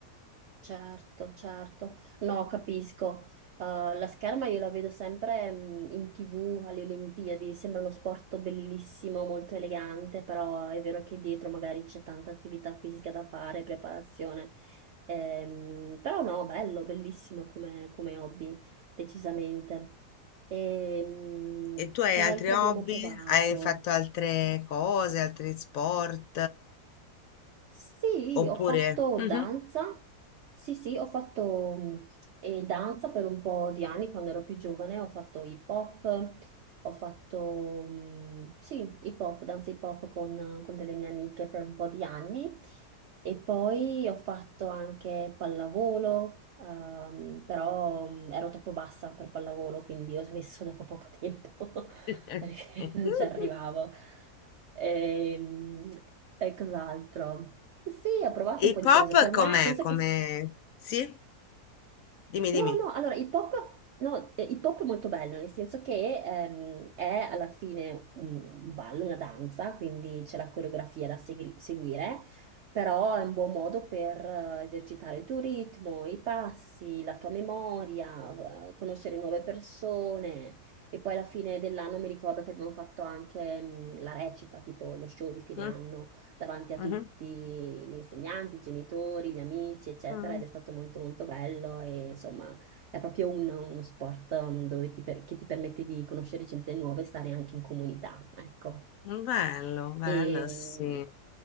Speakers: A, on the right; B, on the left.
A: Certo, certo. No, capisco. Uh, la scherma io la vedo sempre mm, in TV alle Olimpiadi, sembra uno sport bellissimo, molto elegante, però è vero che dietro magari c'è tanta attività fisica da fare, preparazione. Ehm, però no, bello, bellissimo come, come hobby, decisamente. E,
B: E tu hai
A: cos'altro
B: altri hobby?
A: abbiamo provato?
B: Hai fatto altre cose, altri sport?
A: Sì,
B: Oppure
A: ho fatto
B: Mh-mh.
A: danza. Sì, sì, ho fatto mh, eh, danza per un po' di anni quando ero più giovane. Ho fatto hip hop, ho fatto mh, sì, hip hop, danza hip hop con, con delle mie amiche per un po' di anni. E poi ho fatto anche pallavolo, ehm, però mh, ero troppo bassa per pallavolo, quindi ho smesso dopo poco tempo <laughs>
B: Eh.
A: perché
B: <laughs>
A: non ci arrivavo. Ehm, E, cos'altro? Sì, ho provato
B: Hip
A: un po' di cose.
B: hop
A: Per
B: com'è?
A: me, penso
B: Come
A: che... s-
B: sì? Dimmi,
A: No,
B: dimmi.
A: no, allora, hip hop, no, eh, hip hop è molto bello, nel senso che ehm, è alla fine un un ballo, una danza, quindi c'è la coreografia da segri- seguire, però è un buon modo per eh, esercitare il tuo ritmo, i passi, la tua memoria, eh, conoscere nuove persone. E poi alla fine dell'anno mi ricordo che abbiamo fatto anche mh, la recita, tipo lo show di fine
B: Mh.
A: anno davanti a tutti
B: Mh-mh.
A: gli insegnanti, i genitori, gli amici, eccetera,
B: Mh.
A: ed è stato molto molto bello e insomma è proprio un- uno sport um, dove ti per- che ti permette di conoscere gente nuova e stare anche in comunità, ecco.
B: Mh, bello, bello,
A: E,
B: sì.